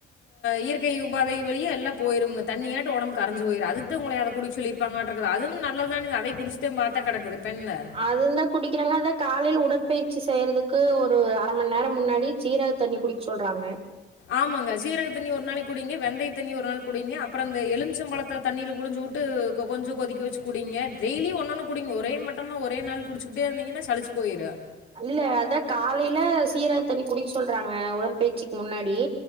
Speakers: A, on the left; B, on the right.
A: இயற்கை உபைியல்ல போய தண்ண உடம்பு ய அதுடி சொல்லப்பா நல்லை குடி கிடக்குது இப்போ என்ன
B: அதும் தா குடிக்கிறாங்க அதா காலைல உடற்பயிற்சி செய்யறதுக்கு கு ஒரு அர மணி நேர முன்னாடி சீரக தண்ணி குடிக்க சொல்றாங்க
A: ஆமாங்க சீரக தண்ணி ஒரு நாளைக்கு குடிங்க வெந்தைய தண்ணி ஒரு நாள் குடிங்க அப்பற இந்த எலுச்சம்பழத்த தண்ணியில புளிஞ்சு விட்டு கொஞ்சோ கொதிக்க வச்சு குடிங்க டெய்லி ஒன்னு ஒன்னு குடிங்க ஒரே மட்டமா ஒரே நாள் குடிச்சுக்கிட்டே இருந்தீங்கன்னா சளிச்சு போயிரு
B: இல்ல அதா காலையில சீரக தண்ணி குடிக்க சொல்றாங்க உடற்பயிற்சிக்கு முன்னாடி